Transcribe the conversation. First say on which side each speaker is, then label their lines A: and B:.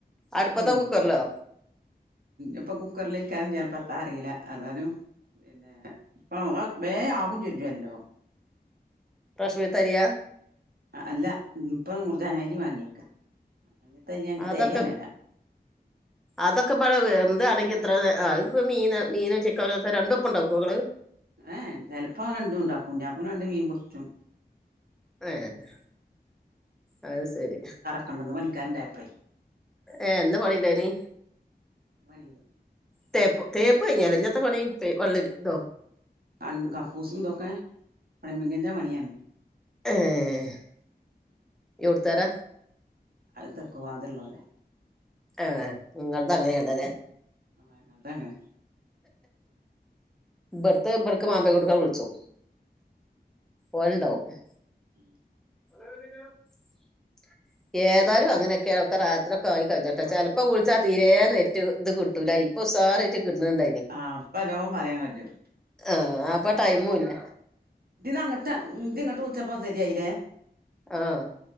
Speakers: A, in the centre; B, on the right.
A: അടുപ്പത്തോ
B: അതിന്നു
A: കുക്കറിലോ
B: ഇപ്പ കുക്കറിൽ ഇക്കാനും ചിലപ്പത്താ അറിയില്ല അതാലും പിന്നെ ഇപ്പം വേഗം ആവു ചോദിച്ചല്ലോ
A: റോഷനിത് അരിയ
B: അല്ല ഇപ്പം നൂർജഹാൻ അരി വാങ്ങിയേക്ക ഇന്നത്ത അരി ഞങ്ങക്ക്
A: അതൊക്കെ
B: തെകയനില്ല
A: അതൊക്കെ പ എന്താണെങ്കി ഇത്ര ഇപ്പ മീന മീനും ചിക്കനേക്കെ രണ്ടപ്പം ഉണ്ടാക്കുമൊ ങ്ങള്
B: ഏഹ് ചിലപ്പോ രണ്ടും ഉണ്ടാക്കും ജാക്കുന് രണ്ട് മീൻ പൊരിച്ചതും
A: ഏഹ് അത് സെരി
B: അന്നന്ന് പണിക്കാരുണ്ടായപ്പളേ
A: ഏഹ് എന്ത പണി ഇണ്ടായിനി
B: പണിണ്ട്
A: തേപ്പ് തേപ്പ് കഴിഞ്ഞാലോ ഇനിത്തെ പണി വള്ള ഇതോ
B: അല്ല കക്കൂസും ഇതൊക്കെ <unintelligible> പണിയാണ്
A: ഏഹ് എവിടുത്തുകാര
B: അത് തെക്കു വാതിൽ ഉള്ളൊരെ
A: ആഹ് നിങ്ങളത് അങ്ങനെയണ്ടല്ലേ
B: ആഹ് അങ്ങനെ തന്നെണ്
A: ഇബടുത്തെ
B: അങ്ങനെ
A: ഇബർക്ക് മാമ്പേകൊടുക്കാൻ വിളിച്ചോ ഓന്ണ്ടാവും
B: <inaudible>
A: <inaudible> ഏതാലും അങ്ങനെക്കെയൊക്കെ രാത്രിക്കെ ആയികഴിഞ്ഞ ചെലപ്പോ വിളിച്ചാൽ തീരേ നെറ്റ് ഇത് കിട്ടൂലയിന് ഉസാറായിട്ട് കിട്ടുന്നുണ്ടായിനി
B: ആഹ് ഇപ്പ നല്ലോം പറയാൻ കജ്ജും
A: ആഹ് അപ്പ ടൈമു ഇല്ല
B: ദിനാങ്ങട്ട് നീ ദിങ്ങട്ട് വിളിച്ചപ്പം ശരിയായില്ലേ
A: ആഹ്